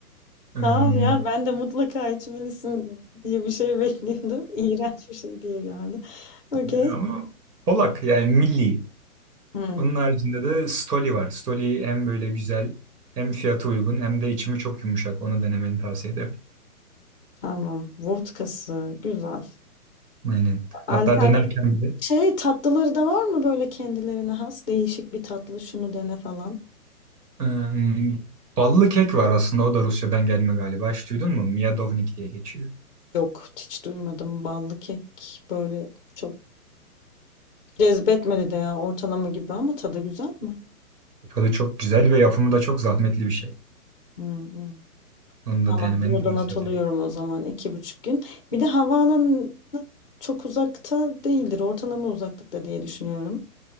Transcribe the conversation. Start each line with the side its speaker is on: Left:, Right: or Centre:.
Right: Hmm,
Left: Sağ ol ya. Ben de mutlaka içmelisin diye bir şey bekliyordum. <laughs> İğrenç bir şey diye geldi. Okey.
Right: <laughs> ama Polak yani milli.
Left: Hmm,
Right: Onun haricinde de Stoli var. Stoli hem böyle güzel hem fiyatı uygun hem de içimi çok yumuşak. Onu denemeni tavsiye ederim.
Left: tamam. Vodkası. Güzel.
Right: Aynen.
Left: Alternatif.
Right: Hatta dönerken bile
Left: Şey tatlıları da var mı böyle kendilerine has? Değişik bir tatlı. Şunu dene falan.
Right: hmm, ballı kek var aslında. O da Rusya'dan gelme galiba. Hiç duydun mu? Miyadovnik diye geçiyor.
Left: Yok hiç duymadım. Ballı kek böyle çok cezbetmedi de ya ortalama gibi ama tadı güzel mi?
Right: Tadı çok güzel ve yapımı da çok zahmetli bir şey.
Left: Hı hı.
Right: Onu
Left: Tamam
Right: da denemeni
Left: bunu da not
Right: tavsiye
Left: alıyorum
Right: ederim.
Left: o zaman iki buçuk gün. Bir de havaalanı çok uzakta değildir. Ortalama uzaklıkta diye düşünüyorum.